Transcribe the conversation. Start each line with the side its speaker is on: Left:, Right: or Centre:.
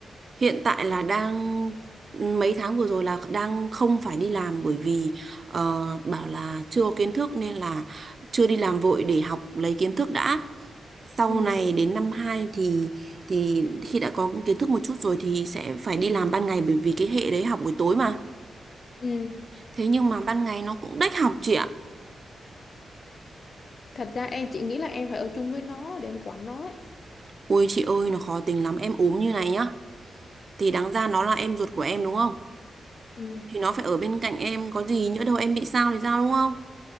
Right: hiện tại là đang mấy tháng vừa rồi là đang không phải đi làm bởi vì ờ, bảo là chưa có kiến thức nên là chưa đi làm vội để học lấy kiến thức đã sau
Left: Ừ.
Right: này đến năm 2 thì thì khi đã có kiến thức một chút rồi thì sẽ phải đi làm ban ngày bởi vì cái hệ đấy học buổi tối mà
Left: Ừ.
Right: thế nhưng mà ban ngày nó cũng đách học chị ạ
Left: Thật ra em chị nghĩ là em phải ở chung với nó để em quản nó ấy.
Right: ôi chị ơi nó khó tính lắm em ốm như này nhá thì đáng ra nó là em ruột của em đúng không
Left: Ừ.
Right: thì nó phải ở bên cạnh em có gì nhỡ đâu em bị sao thì sao đúng không